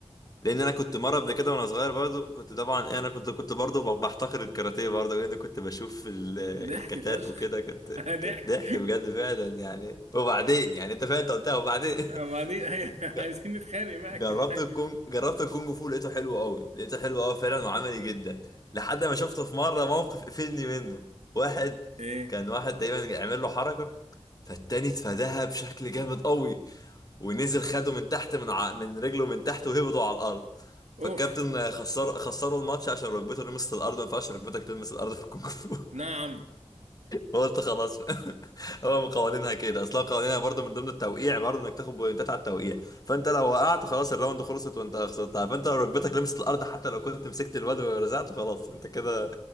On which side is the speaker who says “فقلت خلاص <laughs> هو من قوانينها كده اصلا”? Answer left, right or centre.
Left